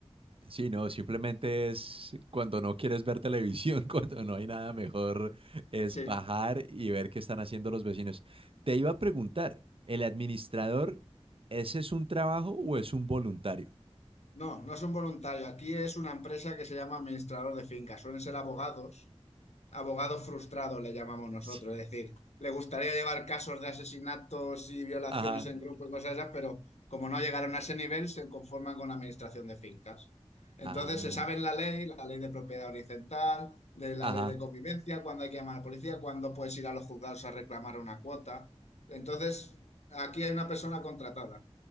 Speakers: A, on the right; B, on the left.
A: Sí, no, simplemente es cuando no quieres ver televisión, <laughs> cuando no hay nada mejor, es
B: Sí.
A: bajar y ver qué están haciendo los vecinos. Te iba a preguntar, ¿el administrador, ese es un trabajo o es un voluntario?
B: No, no son voluntarios. Aquí es una empresa que se llama administrador de fincas. Suelen ser abogados Abogado frustrado le llamamos nosotros,
A: Sí.
B: es decir, le gustaría llevar casos de asesinatos y violaciones
A: Ajá.
B: en grupos y cosas esas, pero como no llegaron a ese nivel, se conforman con la administración de fincas. Entonces
A: Ah,
B: se sabe la ley, la ley de propiedad horizontal, de la
A: ajá.
B: ley de convivencia, cuándo hay que llamar a la policía, cuándo puedes ir a los juzgados a reclamar una cuota. Entonces, aquí hay una persona contratada.